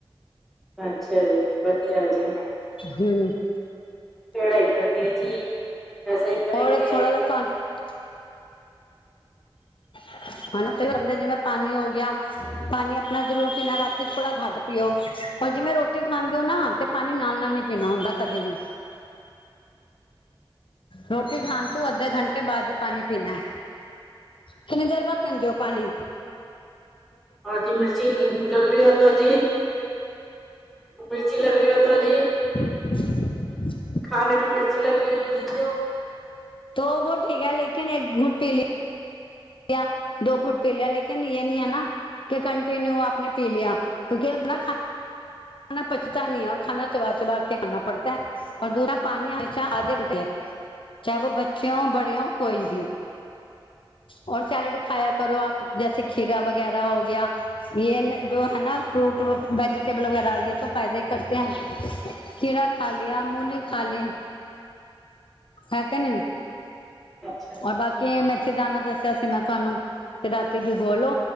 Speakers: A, in the centre; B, on the left.
A: ਅੱਛਾ ਜੀ, ਵਧੀਆ ਜੀ।
B: ਹੂੰ।
A: ਪੇੜਾ ਈ ਕਰਕੇ ਜੀ, ਐਸਾ ਈ ਕਰੇਗੇ।
B: ਔਰ ਥੋੜਾ ਜਿਹਾ ਤੁਹਾਨੂੰ
A: <inaudible>
B: ਸਾਨੂੰ ਤੇ ਅਈਯੋ ਲੱਗਦੈ ਜਿਵੇਂ ਪਾਨੀ ਹੋ ਗਿਆ ਪਾਨੀ ਆਪਨਾ ਜਰੂਰ ਪੀਨਾ। ਰਾਤੀ ਥੋੜਾ ਗੱਟ ਪੀਓ ਔਰ ਜਿਵੇਂ ਰੋਟੀ ਖਾਂ ਦੇ ਓ ਨਾ ਤੇ ਪਾਨੀ ਨਾਲ-ਨਾਲ ਨੀ ਪੀਨਾ ਹੁੰਦਾ ਕਦੇ ਵੀ ਰੋਟੀ ਖਾਨ ਤੂੰ ਅੱਧੇ ਘੰਟੇ ਬਾਦ ਈ ਪਾਨੀ ਪੀਨੈ। ਕਿੰਨੀ ਦੇਰ ਬਾਦ ਪੀਂਦੇ ਓ ਪਾਨੀ?
A: ਹੋਰ ਜੀ ਮਿਰਚੀ ਲ ਲਗਨੀ ਓ ਤੋਂ ਜੀ। ਮਿਰਚੀ ਲੱਗ ਰੀ ਓ ਤੋ‌ ਜੀ।
B: <unintelligible>
A: ਖਾਨੇ ਮੇਂ ਮਿਰਚੀ ਲਗ ਰੀ ਐ ਜੋ ਜੀ ਤੋ
B: ਤੋ ਵੋ ਠੀਕ ਐ ਲੇਕਿਨ ਏਕ ਘੂੰਤ ਪੀ ਲਿ ਆ ਦੋ ਗੁੱਟ ਪੀ ਲਿਆ ਲੇਕਿਨ ਯੇ ਨੀ ਐ ਨਾ ਤੇ ਕੰਟੀਨਿਊ ਆਪ ਨੇ ਪੀ ਲਿਆ ਕਿਉਂਕਿ ਅਬ ਨਾ ਖਾ ਨਾ ਪਚਤਾ ਨੀ ਐ ਔਰ ਖਾਨਾ ਚਬਾ-ਚਬਾ ਕੇ ਖਾਨਾ ਪੜਤੈ। ਔਰ ਦੂਸਰਾ ਪਾਨੀ ਹਮੇਸ਼ਾ ਆਧੇ ਘੰਟੇ ਚਾਏ ਵੋ ਬੱਚੇ ਓਂ, ਬੜੇ ਓਂ, ਕੋਈ ਬੀ ਓਂ। ਔਰ ਸੈਲਡ ਖਾਇਆ ਕਰੋ ਆਪ। ਜੈਸੇ ਖੀਰਾ ਵਗੈਰਾ ਹੋ ਗਿਆ। ਯੇ ਐ ਨਾ ਜੋ ਹੈ ਨਾ ਫਰੂਟ ਵ ਵੈਜੀਟੇਬਲ ਵਗੈ ਰਾ ਯੇ ਤੋ ਫਾਇਦੇ ਈ ਕਰਦੇ ਐਂ। ਖੀਰਾ ਖਾ ਲੀਆ, ਮੂਲੀ ਖਾ ਲਈ ਹੈ ਕੇ ਨੀ।
A: ਅੱਛਾ।
B: ਅ ਬਾਕੀ ਮੇਥੀ ਦਾਨਾ ਦੱਸਿਆ ਸੀ ਮੈਂ ਤੁਆਨੂੰ ਕਿ ਰਾਤੀ ਭੀਗੋ ਲੋ